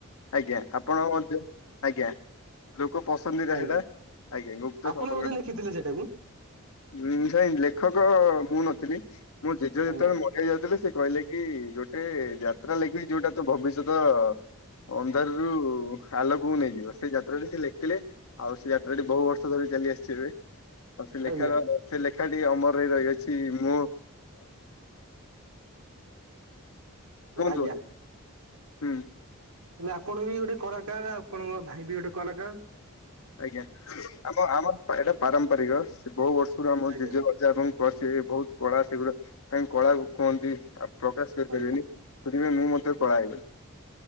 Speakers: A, on the left (about 80°); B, on the right (about 85°).
A: ଆଜ୍ଞା, ଆପଣଙ୍କର କଣ ଆଜ୍ଞା। ଲୋକ ପସନ୍ଦିତା
B: ଆଜ୍ଞା।
A: ସେଇଟା। ଆଜ୍ଞା, ଗୁପ୍ତ
B: ଆପଣ
A: ସମ୍ପର୍କଟା
B: ବୋଧେ ଲେଖିଥିଲେ ସେଇଟାକୁ
A: ହୁଁ, ସାଇ ଲେଖକ ମୁଁ ନଥିଲି, ମୋ ଜେଜେ ଯେତେବେଳେ
B: ଆଜ୍ଞା ଆଜ୍ଞା।
A: ମରି ବାକୁ ଯାଉଥିଲେ ସେ କହିଲେ କି, ଗୋଟେ ଯାତ୍ରା ଲେଖିବି ଯୋଉଟା ତୋ ଭବିଷ୍ୟତ ଅନ୍ଧାରରୁ ଅଲୋକକୁ ନେଇଯିବ। ସେଇ ଯାତ୍ରାଟି ସିଏ ଲେଖିଥିଲେ, ଆଉ ସେଇ ଯାତ୍ରାଟି ବହୁ ବର୍ଷ ଧରି ଚାଲି ଆସିଛି ଏବେ ଆଉ ସେ ଲେଖାର,
B: ଆଜ୍ଞା
A: ସେ ଲେଖାଟି ଅମର ହେଇ ରହି ଯାଇଛି ମୁଁ କୁହନ୍ତୁ
B: ଆଜ୍ଞା।
A: ବନ୍ଧୁ। ହୁଁ
B: ତାହେଲେ ଆପଣ ବି ଗୋଟେ କଳାକାର, ଆଉ ଆପଣଙ୍କ ଭାଇ ବି ଗୋଟେ କଳାକାର।
A: ଆଜ୍ଞା। ଆମ-ଆମ ଏଇଟା ପାରମ୍ପାରିକ। ସେ ବହୁ ବର୍ଷରୁ ଆମ
B: ଆଜ୍ଞା
A: ଜେଜ ପୂଜା ଏବଂ କସି ବହୁତ କଳା ସେଗୁରା କାହିଁକି କଳାକୁ କୁହନ୍ତି ଆଉ ପ୍ରକାଶ କରିପାରିବେନି
B: ଆଜ୍ଞା ଆଜ୍ଞା।
A: ସେଥିପାଇଁ ମୁଁ ମଧ୍ୟ କଳା ହେଇଗଲି।